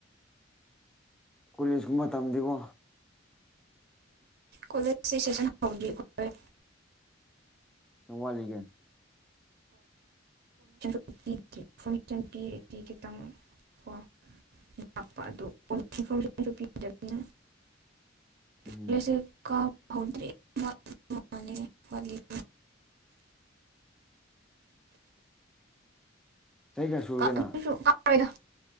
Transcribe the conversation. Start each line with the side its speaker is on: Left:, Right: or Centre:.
Centre: ꯀꯣꯂꯦꯖꯀꯨꯝꯕ ꯃꯇꯝꯗꯦꯀꯣ
Right: ꯀꯣꯂꯦꯖꯀꯤ ꯁꯦꯁꯟ ꯍꯧꯗ꯭ꯔꯤ <unintelligible>
Centre: ꯌꯥꯝ ꯋꯥꯠꯂꯤꯒꯦ
Right: ꯄꯤ <unintelligible> ꯏꯟꯐꯣꯔꯃꯦꯁꯟ ꯄꯤꯔꯗꯤ ꯈꯤꯇꯪ ꯀꯣ ꯂꯥꯛꯄ ꯑꯗꯨ <unintelligible> ꯄꯤꯗꯅꯤꯅ
Centre: <inaudible> ꯎꯝ
Right: ꯉꯁꯤ ꯀꯥꯕ ꯍꯧꯗꯔ꯭ꯤ <unintelligible>
Centre: ꯆꯍꯤ ꯀꯌꯥ ꯁꯨꯔꯒꯦꯅ
Right: ꯀꯔꯤꯁꯨ ꯀꯥꯔꯣꯏꯗ